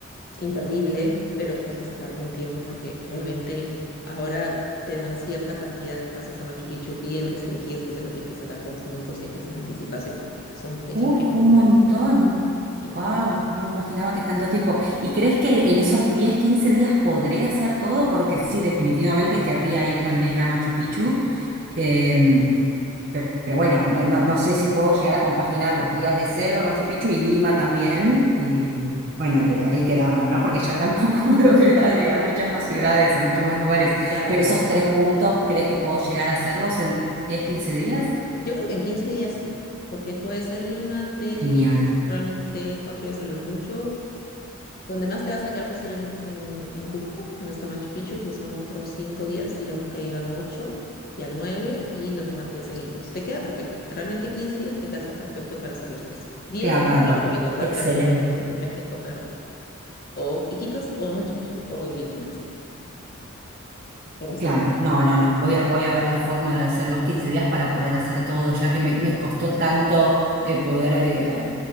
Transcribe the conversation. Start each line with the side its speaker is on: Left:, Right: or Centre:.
Left: imperdible, pero tienes que sacar con tiempo porque realmente ahora te dan cierta cantidad de espacios a Machu Picchu bien restringidos, entonces lo tienes que sacar con cinco o seis meses de anticipación y son fechas
Right: Uf,
Left: bien puntuales.
Right: un montón.
Left: Sí,
Right: Wow, no me imaginaba que tanto tiempo. ¿Y crees que en esos diez quince días podré hacer todo? Porque sí, definitivamente querría ir también a Machu Picchu. Em, Pe- Pero bueno, no, no- no sé si puedo llegar a compaginar los días de Selva, Machu Picchu y Lima también. Y bueno, y ahí quedarme, ¿no? Porque ya tampoco <laughs> puedo cre- agregar muchas más ciudades o muchos más lugares.
Left: claro.
Right: Pero esos tres puntos, ¿crees que puedo llegar a hacerlos en diez quince días?
Left: Yo creo que en 15 días sí, porque puede ser Lima tres
Right: Genial.
Left: días, realmente tres, cuatro días a lo mucho, Donde más te vas a quedar posiblemente es en, en Cusco, donde está Machu Picchu, que son otros cinco días, digamos que ahí van ocho, ya nueve, y los demás días seguidos. Te queda perfecto. Realmente 15 días te calza perfecto para hacer los tres. Diez
Right: Clavado.
Left: sí no te recomiendo, te
Right: Excelente.
Left: va a quedar cortito. Ahí sí tendrías que escoger o Iquitos o Machu Picchu o Lima inclusive. Pero sí.
Right: Claro, no, no, no. Voy a, voy a ver la forma de hacer los 15 días para poder hacer todo, ya que me, me costó tanto eh, poder eh, a-